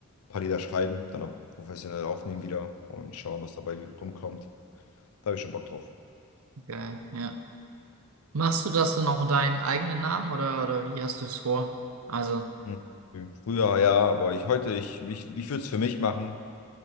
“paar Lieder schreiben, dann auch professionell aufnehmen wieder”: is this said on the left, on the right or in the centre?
Left